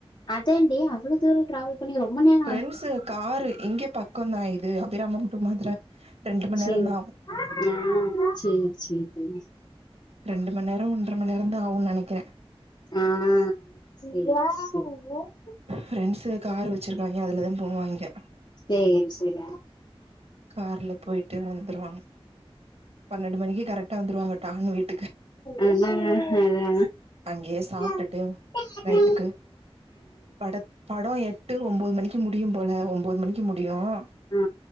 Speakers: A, on the left; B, on the right.
A: அதேண்டி அவ்ளோ தூரம் ட்ராவல் இப்ப நீங்க ரொம்ப நேர
B: ஃப்ரெண்ட்ஸ் காரு இங்க பக்கந்தான் இது அபிராமம்‌ டு மதுர ரெண்டு மண்
A: சேர்
B: நேரந்தா ஆகு
A: ஆ சேர் சேர் தோழி
B: ரெண்டு மநேரம் ஒன்றமநேரம் தான் ஆகும்னு நினைக்கிறேன்
A: ஆ சேர் சேர்
B: ஃப்ரெண்ட்ஸு கார் வச்சுருக்காய்ங்க அதில தான் போவாய்ங்க
A: கே என்சிர
B: கார்ல போய்ட்டு வந்துருவாங்க பன்னெண்டு மணிக்கு கரெக்டா வந்துருவாங்க டான்னு வீட்
A: ஆனா அதா
B: அங்கேயே சாப்ட்டுட்டு
A: ஆ
B: நைட்டுக்கு
A: ஆ
B: பட படோ எட்டு ஒம்போது மணிக்கு முடியும் போல ஒம்போது மணி க்கி முடியும்
A: ஆ